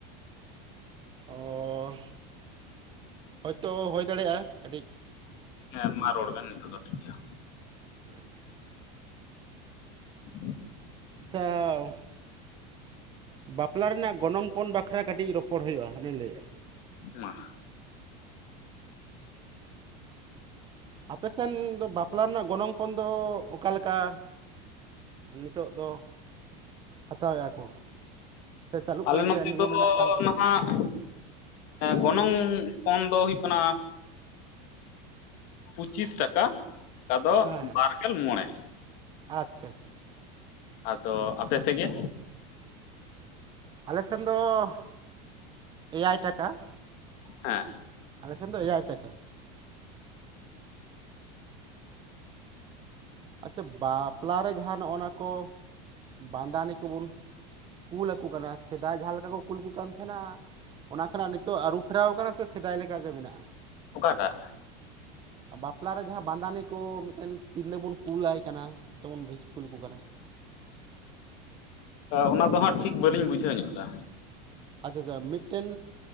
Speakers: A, on the right; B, on the left.
A: ᱚ ᱦᱳᱭᱛᱳ ᱦᱳᱭ ᱫᱟᱲᱮᱭᱟᱜᱼᱟ ᱠᱟᱹᱴᱤᱡ᱾
B: ᱦᱮ ᱢᱟ ᱨᱚᱲ ᱵᱮᱱ ᱱᱤᱛᱚᱜ ᱫᱚ ᱴᱷᱤᱠ ᱜᱮᱭᱟ᱾
A: ᱟᱪᱪᱷᱟ᱾
B: ᱼᱼ <unintelligible>
A: ᱟᱪᱪᱷᱟᱼᱼ ᱵᱟᱯᱞᱟ ᱨᱮᱭᱟᱜ ᱜᱚᱱᱚᱝ ᱯᱚᱱ ᱵᱟᱠᱷᱨᱟ ᱠᱟᱹᱴᱤᱡ ᱨᱚᱯᱚᱲ ᱦᱩᱭᱩᱜᱼᱟ ᱦᱟᱹᱱᱤ ᱞᱟᱹᱭ ᱫᱟ᱾
B: ᱢᱟ,
A: ᱟᱯᱮᱥᱮᱱ ᱫᱚ ᱵᱟᱯᱞᱟ ᱨᱮᱱᱟᱜ ᱜᱚᱱᱚᱝ ᱯᱚᱱ ᱫᱚ ᱚᱠᱟ ᱞᱮᱠᱟ? ᱱᱤᱛᱚᱜ ᱫᱚ ᱦᱟᱛᱟᱣ ᱮᱭᱟ ᱠᱚ᱾ ᱥᱮ ᱪᱟᱹᱞᱩᱜ
B: ᱟᱞᱮ
A: ᱠᱟᱱᱟ
B: ᱱᱚᱛᱮ
A: ᱥᱮ ᱱᱤᱭᱚᱢ
B: ᱫᱚ
A: ᱨᱮᱱᱟᱜ ᱠᱟᱱ ᱛᱟᱯᱮ
B: ᱱᱟᱦᱟᱜᱼᱼ ᱜᱚᱱᱚᱝ ᱯᱚᱱ ᱫᱚ ᱦᱩᱭᱩᱜ ᱠᱟᱱᱟᱼᱼ ᱯᱩᱪᱤᱥ ᱴᱟᱠᱟ ᱟᱫᱚ
A: ᱦᱮᱸ
B: ᱵᱟᱨᱜᱮᱞ ᱢᱚᱬᱮᱸ᱾
A: ᱟᱪᱪᱷᱟ ᱟᱪᱪᱷᱟ᱾
B: ᱟᱫᱚ ᱟᱯᱮ ᱥᱮᱫ ᱜᱮ?
A: ᱟᱞᱮ ᱥᱮᱱ ᱫᱚ ᱮᱭᱟᱭ ᱴᱟᱠᱟ᱾
B: ᱦᱮᱸ
A: ᱟᱞᱮ ᱥᱮᱱ ᱫᱚ ᱮᱭᱟᱭ ᱴᱟᱠᱟ ᱟᱪᱪᱷᱟ᱾ ᱟᱪᱪᱷᱟ ᱵᱟᱯᱟᱞᱟᱨᱮ ᱡᱟᱦᱟ ᱱᱚᱱᱟᱜ ᱠᱚ ᱵᱟᱸᱫᱟᱱᱤ ᱠᱚᱵᱚᱱ ᱠᱩᱞ ᱟᱠᱟᱼᱼ ᱥᱮᱫᱟᱭ ᱡᱟᱦᱟ ᱞᱮᱠᱟ ᱠᱚ ᱠᱩᱞ ᱠᱚ ᱠᱟᱱ ᱛᱟᱦᱮᱸᱱᱟᱼᱼ ᱚᱱᱟ ᱠᱷᱚᱱᱟᱜ ᱱᱤᱛᱚᱜ ᱟᱹᱨᱩ ᱯᱷᱮᱨᱟᱣ ᱟᱠᱟᱱᱟ ᱥᱮ ᱥᱮᱫᱟᱭ ᱞᱮᱠᱟ ᱜᱮ ᱢᱮᱱᱟᱜᱼᱟ᱾
B: ᱚᱠᱟ ᱴᱟᱸᱜᱼᱼ
A: ᱵᱟᱯᱟᱞᱟ ᱨᱮ ᱡᱟᱦᱟ ᱵᱟᱫᱟᱱᱤ ᱠᱚ ᱢᱤᱫᱴᱮᱱ ᱛᱤᱨᱞᱟᱹ ᱵᱚᱱᱼᱼ ᱠᱩᱞ ᱟᱭ ᱠᱟᱱᱟ ᱥᱮ ᱵᱚᱱ ᱵᱷᱮᱡᱠᱩᱞ ᱟᱠᱚ ᱠᱟᱱᱟ᱾
B: ᱚᱱᱟ ᱫᱚ ᱦᱟᱸᱜ ᱴᱷᱤᱠ ᱵᱟᱝᱞᱤᱧ ᱵᱩᱡᱷᱟᱹᱣ ᱧᱚᱜ ᱫᱟ᱾
A: ᱟᱪᱪᱷᱟ ᱟᱪᱪᱷᱟ ᱢᱤᱫᱴᱮᱱ